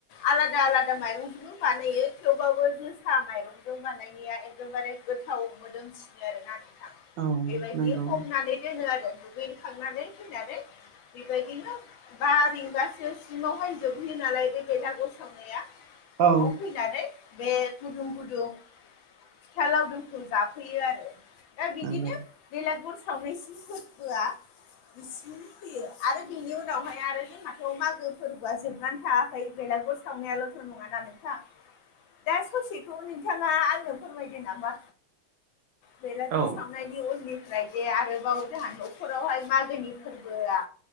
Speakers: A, on the left (about 75°); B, on the right (about 75°).
A: आलादा आलादा माइरंजोंबो बानायो थेवबाबो जोसा माइरंजों बानाय निया एकदमबारे गोथाव मोदोमसिनो आरोना नोंथां।
B: औ
A: बेबायदि
B: नंगौ
A: हमनानै दोनो आरो दुगैखांनानै फैनानै। बेबायदिनो बा रिंगासो सिमावहाय जोबहैयो नालाय बे बेलागुर सावनाया
B: औ
A: न'आव फैनानै बे गुदुं गुदुं फिथा लावदुमखौ जाफैयो आरो दा बिदिनो
B: नंगौ
A: बेलागुर सावनायसिम फोर्बोआ इसिम फैयो आरो बेनि उनावहाय आरो जोंहाथ' मागो फोर्बोआ जोबनानै थाङाखै बेलागुर सावनायाल'थ' नङा ना नोंथां दा ससेखौ नोंथाङा आंनो फोरमायदो नामा बेलागुर
B: औ
A: सावनाय नि उननिफ्राय जे आरोबाव जाहा न'खरावहाय मागोनि फोर्बोआ